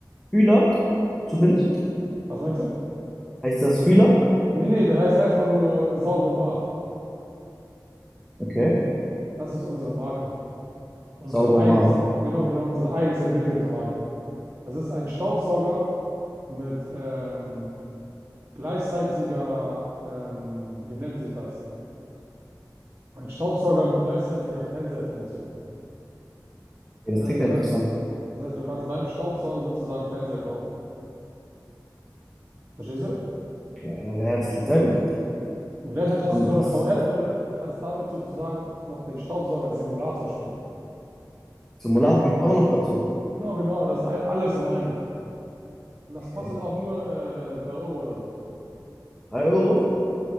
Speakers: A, in the centre; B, on the right.
A: Fühler? Zufällig?
B: Was meinst du?
A: Heißt das Fühler?
B: Nee, nee, der heißt einfach nur Saugomat.
A: Okay.
B: Das ist unsere Marke. Unsere
A: Saugomat.
B: eigens, genau, genau, unsere eigens entwickelte Marke. Das ist ein Staubsauger mit ähm, gleichzeitiger, ähm, wie nennt sich das? Ein Staubsauger mit gleichzeitiger Fernsehfunktion.
A: Okay,
B: Das
A: das
B: heißt,
A: klingt
B: du
A: ja
B: kannst,
A: interessant.
B: das heißt, du kannst beim Staubsaugen sozusagen Fernseher gucken. Verstehst du?
A: Okay, ja, das klingt sehr gut.
B: Und gleichzeitig hast
A: Und
B: du so eine
A: das
B: VR-Brille und kannst damit sozusagen noch den Staubsauger als Simulator spielen.
A: Simulator geht auch noch dazu.
B: Genau, genau, das ist ein, alles in einem. Und das kostet
A: Okay.
B: auch nur äh, 3 Euro oder so.
A: Drei Euro?